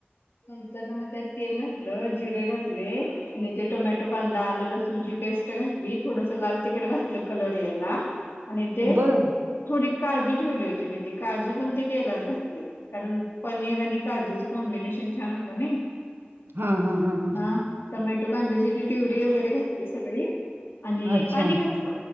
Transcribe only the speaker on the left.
नंतर ना, मग त्यात तेल घातलं, जिरे घातले आणि ते- टोमॅटो कांदा आलं लसूणची पेस्ट घातली थोडस लाल तििकट घातलं कलर यायला आणि ते
थोडी काजू ठेवले होते मी ते काजू पण ते तेलात घातले कारण पनीर आणि काजूच कॉम्बिनेशन छान होतं नाही
मग टोमॅटो कांद्याची ती तिवरी वगैरे घातली सगळी आणि
पाणी
घातलं